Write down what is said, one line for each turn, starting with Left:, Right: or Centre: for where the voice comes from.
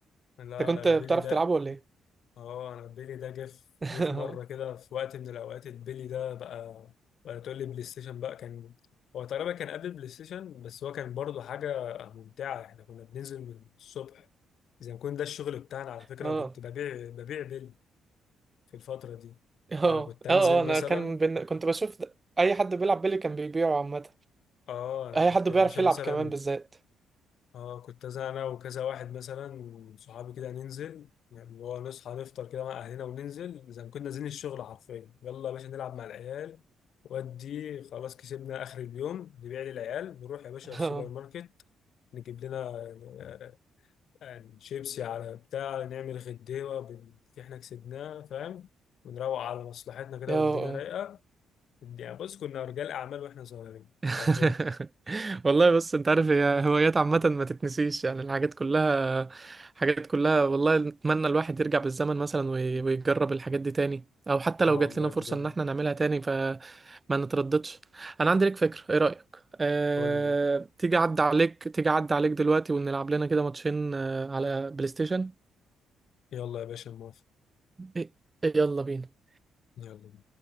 Left: لا
Right: انت كنت
Left: لا البيلي
Right: بتعرف
Left: ده
Right: تلعبه ولا ايه
Left: اه انا البيلي ده جه في
Right: <laughs>
Left: جه في
Right: اه
Left: مره كده في وقت من الاوقات البيلي ده بقى ولا تقول لي بلاي ستيشن بقى كان هو تقريبا كان قبل البلاي ستيشن بس هو كان برضه حاجه ممتعه احنا كنا بننزل من الصبح زي ما كنا ده الشغل بتاعنا على فكره
Right: اه
Left: انا كنت ببيع ببيع بيلي في الفتره دي
Right: اه
Left: انا كنت انزل
Right: اه انا
Left: مثلا
Right: كان بن... كنت بشوف د- اي حد بيلعب بيلي كان بيبيعه عامه
Left: اه انا
Right: اي
Left: كنت
Right: حد
Left: يا
Right: بيعرف
Left: باشا
Right: يلعب
Left: مثلا
Right: كمان بالذات
Left: اه كنت أز- انا وكذا واحد مثلا صحابي كده ننزل يعني اللي هو نصحى نفطر كده مع اهلنا وننزل زي ما كنا نازلين الشغل حرفيا يلا يا باشا نلعب مع العيال ودي خلاص كسبنا اخر اليوم نبيع للعيال نروح يا باشا
Right: <laughs>
Left: السوبر
Right: اه
Left: ماركت نجيب لنا آه، يعني شيبسي على بتاع نعمل غديوه باللي احنا كسبناه فاهم ونروق على مصلحتنا كده
Right: اه
Left: والدنيا
Right: آه.
Left: رايقه يعني بص كنا رجال اعمال واحنا صغيرين
Right: <laughs>
Left: حرفيا
Right: والله بص انت عارف هي هوايات عامة ما تتنسيش يعني الحاجات كلها حاجات كلها والله نتمنى الواحد يرجع بالزمن مثلا وي- ويجرب الحاجات دي تاني او حتى لو
Left: اه
Right: جات
Left: والله
Right: لنا فرصة
Left: بجد
Right: ان احنا نعملها تاني فما نترددش انا عندي لك فكرة ايه رأيك أه...
Left: قول لي
Right: تيجي عدى عليك تيجي عدى عليك دلوقتي ونلعب لنا كده ماتشين آه، على بلاي ستيشن
Left: يلا يا باشا موافق
Right: إيه؟ يلا بينا
Left: يلا